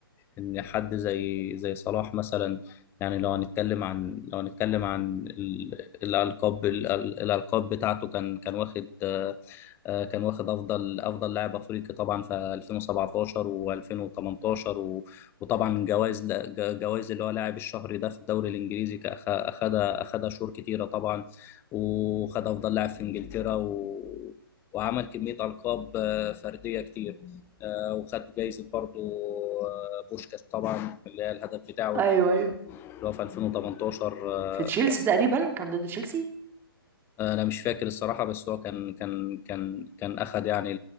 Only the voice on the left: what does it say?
إن حد زي زي صلاح مثلا يعني لو هنتكلم عن لو هنتكلم عن ال- الألقاب ال- الألقاب بتاعته كان كان واخد آه، كان واخد افضل افضل لاعب افريقي طبعا في 2017 و2018 و... وطبعا جوائز جوائز اللي هو لاعب الشهر ده في الدوري الانجليزي كأخ- اخدها اخدها شهور كتيره طبعا وخد افضل لاعب في انجلترا و... وعمل كميه القاب آه، فرديه كتير آه، وخد جايزه برضو آه، بوشكاش طبعا اللي هي الهدف بتاعه
اللي
هو في 2018 آه،
آه، انا مش فاكر الصراحه بس هو كان كان كان كان اخد يعني